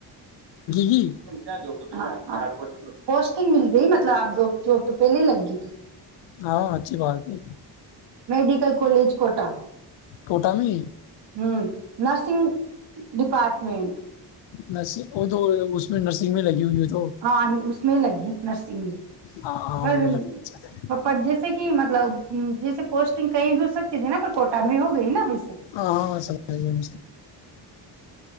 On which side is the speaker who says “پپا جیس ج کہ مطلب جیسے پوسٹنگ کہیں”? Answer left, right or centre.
Right